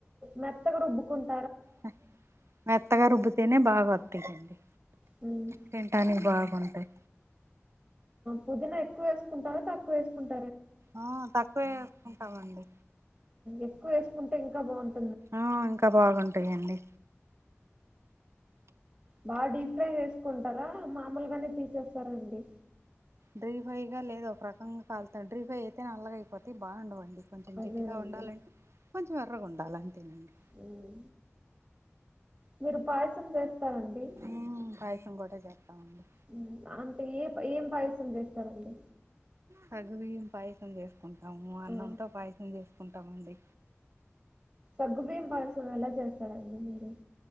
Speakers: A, on the right (about 15°); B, on the right (about 60°).
A: మెత్తగ రుబ్ కుంట
B: మె మెత్తగా రుబ్బితేనే బాగా వత్తాదండి
A: హ్మ్.
B: తింటనికి బాగుంటాయి
A: పుదనా ఎక్కువ వేసుకుంటార తక్కువ వేసుకుంట
B: ఆ తక్కువేసుకుంటామండి
A: ఎక్కువ వేసుకుంటే ఇంకా బాగుంటంది
B: ఆ ఇంకా బాగుంటాందిండి
A: బాగా డీప్ ఫ్రై చేసుకుంటారా మామలుగానే తీసేస్తారంండి
B: డ్రీఫై గా లేదు ఒక రకంగా కలుతాం డ్రీఫై అయితే నల్లగ అయిపోత బాగుండవండి కొంచెం
A: అదేనండి.
B: గట్టిగా ఉండాలంటే కొంచెం ఎర్రగా ఉండాలి బాల అ తనాడి
A: హ్మ్. మీరు పాయసం చేస్తారండి?
B: ఏ కావసం కూడా చేస్తామండి
A: హ్మ్. అంటే ఏ ఏం పయసుంది వేస్తార్ ఆళ్లు
B: సగ్గుబియ్యం పాయసం చేసుకుంటాము అన్నంతో
A: ఆ!
B: పాయసం చేసుకుంటామండి
A: సగ్గు బియ్యం పాయసం ఎలా చేస్తారండి మీరు